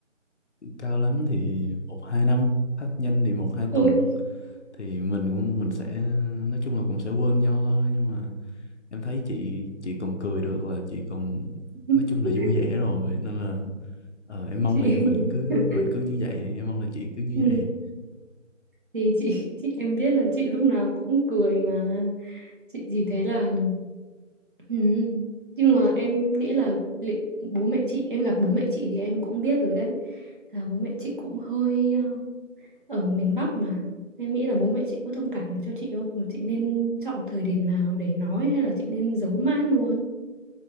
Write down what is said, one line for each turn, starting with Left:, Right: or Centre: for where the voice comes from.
Left: cao lắm thì một hai năm thấp nhanh thì một hai
Right: Ôi
Left: tuần thì mình cũng mình sẽ nói chung là cũng sẽ quên nhau thôi nhưng mà em thấy chị chị còn cười được là chị còn
Right: <laughs>
Left: nói chung là vui vẻ rồi nên là ờ, em mong
Right: chị
Left: là mình cứ
Right: <laughs>
Left: mình cứ như vậy em mong là chị cứ như
Right: Ừ,
Left: vậy
Right: thì chị chị em biết là chị lúc nào cũng cười mà chị chỉ thấy là Ừ. Nhưng mà em nghĩ là li- bố mẹ chị em gặp bố mẹ chị thì em cũng biết rồi đấy là bố mẹ chị cũng hơi ờ, ở miền Bắc mà em nghĩ là bố mẹ chị có thông cảm được cho chị không mà chị nên chọn thời điểm nào để nói hay là chị nên giấu mãi luôn